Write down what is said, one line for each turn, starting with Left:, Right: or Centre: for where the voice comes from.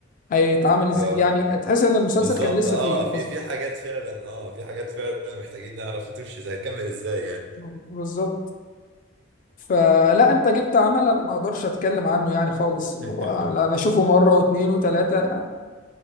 Left: هيتعامل إزاي
Right: اه
Left: يعني تحس إن المسلسل
Right: بالظبط
Left: كان لسه
Right: اه
Left: فيه
Right: في
Left: أصلا
Right: في حاجات فعلا اه في حاجات فعلا محتاجين نعرف تمشي ازاي تكمل ازاي يعني
Left: بالظبط فلا أنت جبت عمل أنا ما أقدرش أتكلم عنه يعني خالص اللي
Right: <laughs>
Left: هو لا، أنا أشوفه مرة واتنين وتلاتة يعني